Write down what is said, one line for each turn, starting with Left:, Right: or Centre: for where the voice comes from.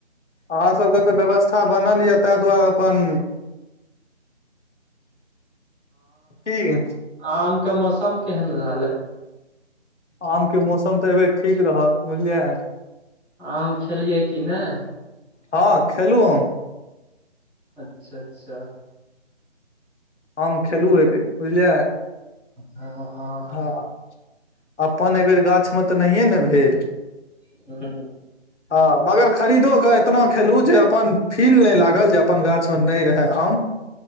Left: अहाँसभके तऽ व्यवस्था बनल यए ताहि दुआरे। अपन ठी
Centre: आमके मौसम केहन रहलै
Left: आम के मौसम तऽ अबर ठीक रहल, बुझलियै
Centre: आम खेलियै कि नहि
Left: हँ, खेलू हम
Centre: अच्छा अच्छा
Left: आम खेलु हेर बुझलियै
Centre: हँ ह।
Left: हँ अपन एहिबेर गाछमे तऽ नहिए ने भेल
Centre: हूँ
Left: ह मगर खरीदो के एतना खेलू जे अपन फील नहि लागल जे अपन गाछ मे नहि रहे आम